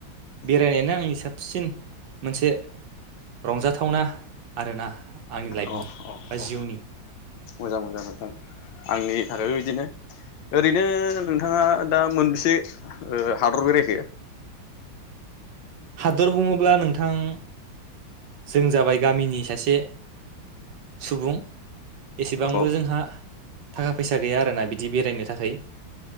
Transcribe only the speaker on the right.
बेरायनायानो आंनि साबसिन मोनसे रंजाथावना आरो ना। आंनि लाइफनि
बा
जिउनि। <inaudible>
हादर बुङोब्ला नोंथां। जों जाबाय गामिनि सासे सुबुं। एसेबांबो
जोंहा। थाखा फैसा गैया आरोना बिदि बेरायनो थाखाय